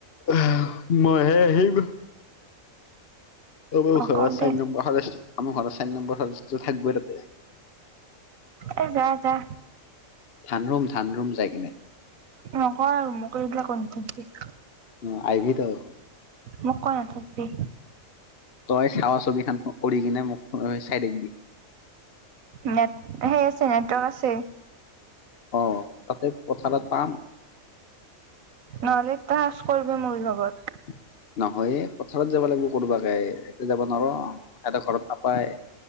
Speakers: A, on the left; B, on the right.
A: এহ মই হে আহিম। অ', ঘৰত
B: কওঁ
A: চাৰি
B: দে
A: নম্বৰ <unintelligible> আমাৰ ঘৰত চাৰি নম্বৰ <unintelligible> থাকবৈ লা
B: এ যা যা।
A: ধান ৰুম ধান ৰুম যায়।
B: নকয়ও আৰু মোক এইবিলাক নাথাকিবি।
A: অ', আহিবি তই।
B: মোক কৈ নাথাকিবি
A: তই চাৱা ছবিখনে উৰি কিনে মোক চাই থাকবি।
B: নেট সেই আছে নেটৱৰ্ক আছে।
A: অ', তাতে পথাৰত এটা পাম।
B: নহ'লে তাচ কৰিব মোৰ লগত।
A: <inaudible> নহয়ে পথাৰত যাব লাগিব কোনোবাকে এয়াতে যাব নোৱাৰ সিহঁততে ঘৰত নাপায়।